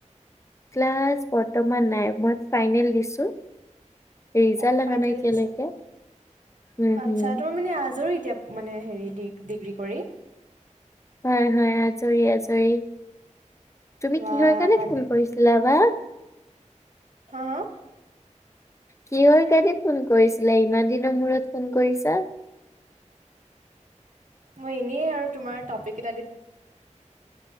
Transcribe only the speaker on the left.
ক্লাছ বৰ্তমান নাই মই ফাইনেল দিছো। ৰিজাল্ট
অহা নাই এতিয়ালৈকে।
উম
হুম
হয় হয় আজৰি আজৰি। তুমি
কিহৰ কাৰণে
ফোন কৰিছিলা বা?
কিহৰ কাৰণে ফোন কৰিছিলা ইমান দিনৰ মূৰত ফোন কৰিছা।